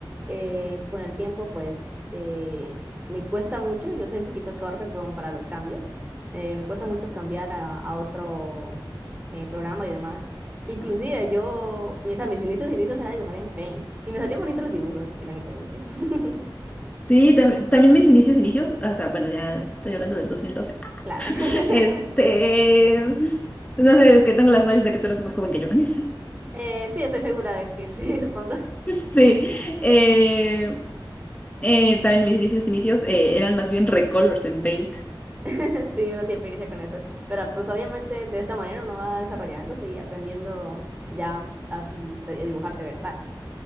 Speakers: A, on the right (about 20°); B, on the left (about 20°).
A: eh, con el tiempo pues eh, me cuesta mucho. Yo soy un poquito torpe como para los cambios. Eh, me cuesta mucho cambiar a, a otro eh, programa y demás. Inclusive yo, o sea, mis inicios, inicios era dibujar en Paint y me salían bonitos los dibujos, irónicamente. <laughs>
B: Sí, tam- también mis inicios, inicios, o sea, bueno, ya estoy hablando del dos mil doce
A: Claro. <laughs>
B: <laughs> Este, no sé, es que tengo las vibes de que tú eres más joven que yo. <laughs>
A: Eh, sí, estoy segura de que sí, <laughs> supongo.
B: Sí, eh, eh, también mis inicios, inicios eh, eran más bien recolors en Paint.
A: <laughs> Sí, uno siempre inicia con eso. Pero pues obviamente de esta manera uno va desarrollándose y aprendiendo ya así de- a dibujar de verdad.